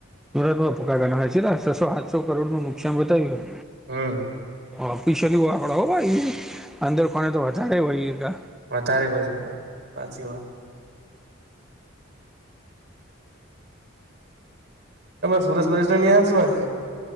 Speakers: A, in the centre; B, on the right.
A: સુરતમાં ભૂકા કાઢી <inaudible> છસો સાતસો કરોડ નું નુકસાન બતાવ્યું.
B: હમ હમ
A: ઓફિસયલી <inaudible> અંદર પાણી તો વધારે વય ગયા તા
B: વધારે હોય શકે સાચી વાત સુરેશ <inaudible>